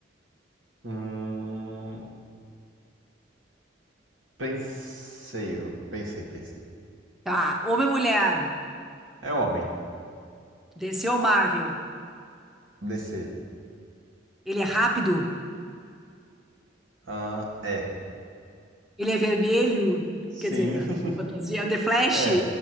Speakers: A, on the right (about 80°); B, in the centre.
A: Hum, pensei, pensei, pensei.
B: Tá. Homem-Mulher.
A: É homem.
B: DC ou Marvel?
A: DC.
B: Ele é rápido?
A: Ah, é.
B: Ele é vermelho?
A: Sim.
B: Quer dizer,
A: <laughs>
B: fantasia. The Flash?
A: É.